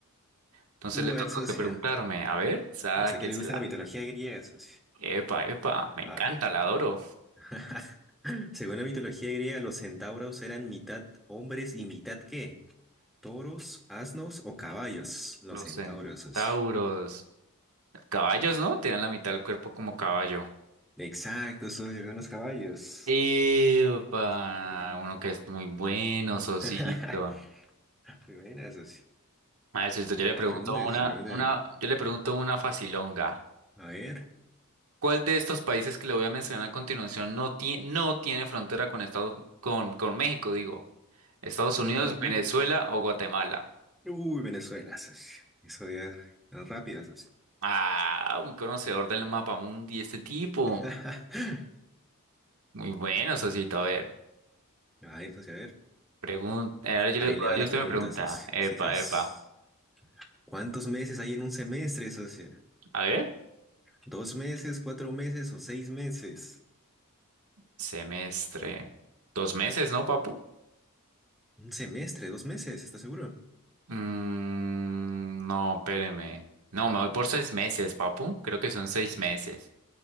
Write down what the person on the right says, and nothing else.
Entonces
le toca
a usted preguntarme, a ver, sáquesela.
Epa, epa, me
encanta,
la adoro.
Los
centauros,
caballos, ¿no? Tienen la mitad del cuerpo como caballo.
Epa,
uno que es muy bueno, Sosito.
A ver, Sosito, yo le
pregunto
una,
una, yo le pregunto una facilonga.
¿Cuál de estos países que le voy a mencionar a continuación no tiene, no tiene frontera con Estados, con, con México, digo? ¿Estados
Unidos,
Venezuela o Guatemala?
Ah, un conocedor del mapa mundi, este tipo.
Muy bueno, Sosito. A ver,
pregunta. Ahora yo,
le-
ahora
usted
me pregunta.
Epa,
epa.
A ver,
semestre. Dos meses, ¿no, papu?
Mm, no, espéreme. No, me voy por seis meses, papu. Creo que son seis meses.